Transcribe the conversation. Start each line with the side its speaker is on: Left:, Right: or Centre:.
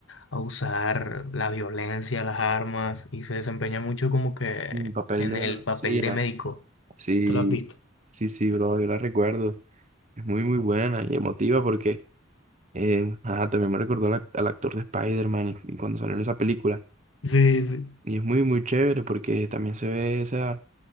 Left: a usar la violencia, las armas y se desempeña mucho como que
Right: El papel
Left: en
Right: de
Left: el
Right: la vecina.
Left: papel de médico.
Right: sí
Left: ¿Te lo has visto?
Right: Sí, sí, bro, yo la recuerdo. Es muy, muy buena y emotiva porque eh, ajá, también me recordó al, ac- al actor de Spider-Man y- y cuando salió en esa película.
Left: Sí, sí,
Right: Y es muy, muy chévere porque también se ve esa,